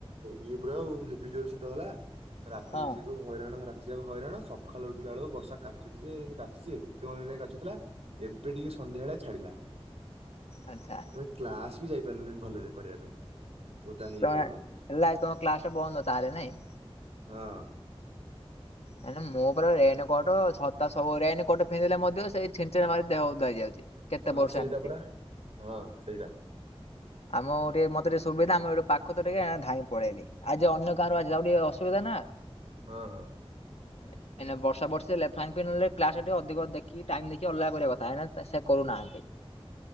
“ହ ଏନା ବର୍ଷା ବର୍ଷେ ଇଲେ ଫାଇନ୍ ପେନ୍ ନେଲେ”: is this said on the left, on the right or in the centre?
Left